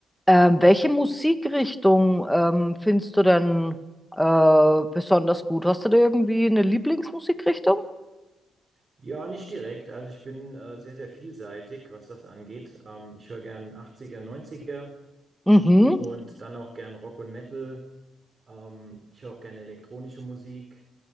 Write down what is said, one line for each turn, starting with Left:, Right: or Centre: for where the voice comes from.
Centre: Ähm, welche Musikrichtung ähm, findest du denn äh, besonders gut? Hast du da irgendwie eine Lieblingsmusikrichtung?
Right: Ja, nicht direkt. Also ich bin äh, sehr, sehr vielseitig, was das angeht. Ähm, ich höre gern 80er, 90er
Centre: Mhm.
Right: und dann auch gern Rock und Metal. Ähm, ich höre auch gerne elektronische Musik.